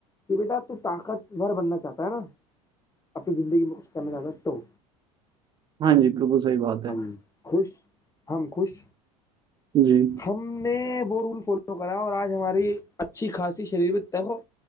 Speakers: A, on the left; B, on the right.
A: کہ بیٹا تو طاقت بور بننا چاہتا ہے نا اپنی زندگی میں کچھ کرنا جا تو
B: ہاں جی بالکل صحیح بات ہے
A: ہم خوش ہم خوش
B: جی
A: ہم نے وہ رول فالو کرا اور آج ہماری اچھی خاصی شریر بھی تے ہو